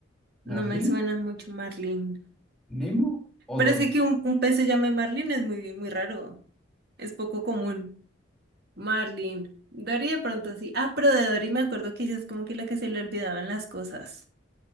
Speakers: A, on the right; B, in the centre.
A: No
B: Marlin,
A: me suena mucho Marlin.
B: Nemo o
A: Pero
B: Dory.
A: es que, que un, un pez se llame Marlin es muy, muy raro, es poco común. Marlin. Dory de pronto sí. Ah, pero de Dory me acuerdo que ella es como que la que se le olvidaban las cosas.